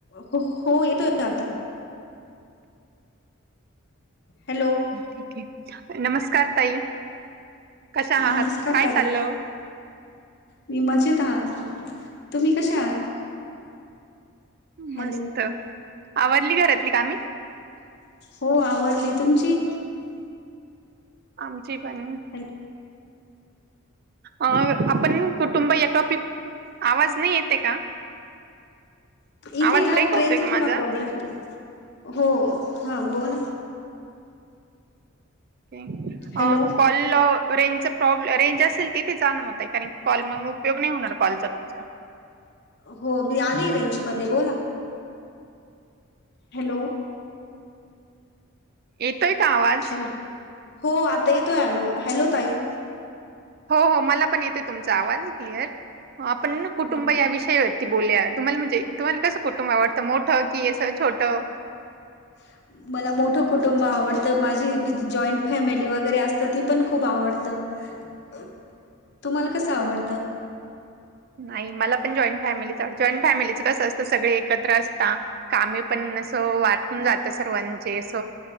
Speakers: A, on the left; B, on the right.
A: ह हो येत <unintelligible> आता. हॅलो
B: ठीक ये, नमस्कार ताई. कशा
A: नमस्कार
B: आहात, काय
A: ताई
B: चालल?
A: मी मजेत आहात, तुम्ही कशा आहात? हॅलो
B: मस्त, आवरली घरातली कामे?
A: हो आवरली, तुमची?
B: आमची पण.
A: हॅल
B: अ आपण कुटुंब या टॉपिक, आवाज नही येते का?
A: इथेना
B: आवाज ब्रेक
A: ट्रेनचा
B: होतोय का माझा
A: थोडा प्रॉब्लेम, हो हं बोला.
B: अ
A: हॅलो
B: कॉल रेंजचा प्रॉब्ले, रेंज असेल तिथे जाण म ताई, कारण कॉल मग उपयोग नही होणार, कॉलचा तुमचा.
A: हो मी आली रेंज मध्ये, बोला. हॅलो?
B: येतोय का आवाज?
A: हॅल, हो आता येतोय, हॅलो ताई?
B: हो हो मला पण येतोय तुमचा आवाज क्लिअर, आपण न कुटुंब
A: हो
B: या विषयावर ती बोलूया, तुम्हाला म्हणजे तुम्हाला कसं कुटुंब आवडतं, मोठं की अस छोटं?
A: ह <unintelligible> मला मोठं कुटुंब आवडतं, माझी जॉईंट फॅमिली वगैरे असतं, ती पण खूप आवडतं. अ, तुम्हाला कस आवडतं?
B: नाही मला पण जॉईंट फॅमिलीच आवड, जॉईंट फॅमिलीच कसं असतं, सगळे एकत्र असता, कामे पण अस वाटून जात सर्वांचे अस